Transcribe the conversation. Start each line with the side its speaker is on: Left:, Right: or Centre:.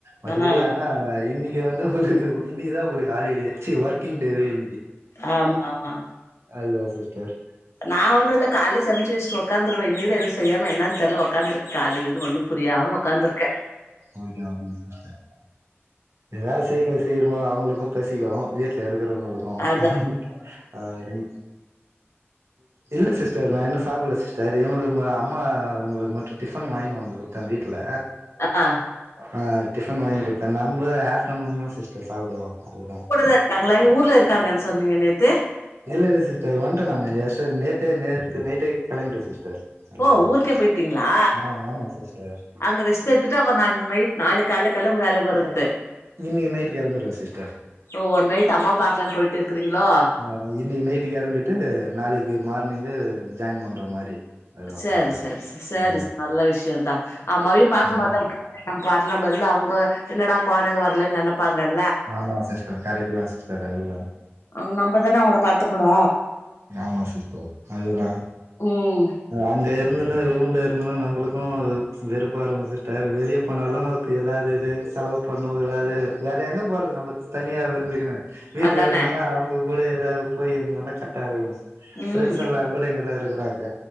Right: மத்தபடி
Left: ஆ
Right: ஆனா இன்னைக்கி வந்து ஒரு இன்னைக்குதா உங்களுக்கு ஹாலிடே சீ ஒர்க்கிங் டேவே இன்னைக்கு
Left: ஆமா ஆமா
Right: அதுதா சிஸ்டர்
Left: நா ஒன்னும் இல்ல கால்ல சமச்சு வச்சிட்டு உக்காந்துருவ இன்னைக்கு தா எதுவு செய்யாம என்னான்னு தெர்ல உக்காந்துருக்கே காலைலலேந்து ஒன்னும் புரியாம ஒக்காந்துருக்கே
Right: ஓக்கே வாங் சிஸ்டர் ஏதாது செய்ங்க சீக்கிரமா அவங்களுக்கு பசிக்கும் வீட்ல இருக்கிறவங்களுக் கும்
Left: அதா
Right: அந் இல்ல சிஸ்டர் நா இன்னும் சாப்பில்ல சிஸ்டர் இவங்களுக்கு அம்மா இவங்களுக்கு மட்டும் டிஃபன் வாங்கினு வந்து குடு தா வீட்ல
Left: ஆ
Right: ஆ டிஃபன் வாங்கி குடுத்தே நம்ப ஆப்டர்நூன் தா சிஸ்டர் சாப்பிடுவோ அதுதா
Left: கூடதா இருக்காங்களா எங்க ஊர்ல இருக்காங்கன்னு சொன்னீங்க நேத்து
Right: இல்ல இல்ல சி்ஸ்டர் வன்ட்டே நானு எஸ்டர் நேத்தே நேத்து நைட்டே கெளம்பிட்டே சிஸ்டர் அதுதா
Left: ஓ ஊருக்கே போயிட்டீங்ளா
Right: ஆ ஆமா சிஸ்டர்
Left: அங்க ரெஸ்ட் எடுத்துட்டு அப்றோ நாளைக் நைட் நாளைக்கு கால்ல கெளம்பி வேலைக்கு வரத்து
Right: ம் இன்னைக்கு நைட்டு கெளம்பிருவே சிஸ்டர்
Left: ஓ ஒரு நைட்டு அம்மா பாக்கலனு போயிட் இருக்கறீங்களோ
Right: அ இன்னைக்கு நைட்டு கெளம்பிட்டு நாளைக்கு மார்னிங்கு ஜாயின் பண்ற மாரி அதுதா
Left: சேரி
Right: சிஸ்டர்
Left: சேரி ச சேரிஸ்
Right: ஆ
Left: ச நல்ல விஷயந்தா அம்மாவியு பாக்கணும்ல
Right: சரி
Left: நம்ம பாட்டுல நம இருந்தா அவுங்க என்னடா கொழந்தைங்க வரலன்னு நெனப்பாங்கள
Right: ஆமா சிஸ்டர் கரட்டு தா சிஸ்டர் அதுவு
Left: அவங் நம்பதானே அவங்கள பாத்துக்கணு
Right: ஆமா சிஸ்டர் அதுதா
Left: ம்
Right: அங்கயே இருந்துன்னு ரூம்ல இருந்தன்னா நம்மளுக்கு வெறுப்பா இருக்கு சிஸ்டர் வெளிய போனாலு அதுக்கு எதாவது இது செலவு பண்ண முடியாது வேற எங்க போறது நம்ம தனியா வி இருந்துக்குன்னு வீடல
Left: அதானே
Right: இருந்தனா அவங்க கூட ஏதாவது போய்ருந்தன்னா கரெக்டா இருக்கு
Left: ம்
Right: ஃபிரண்ட்ஸல்லா கூட இங்க தா இருக்கறாங்க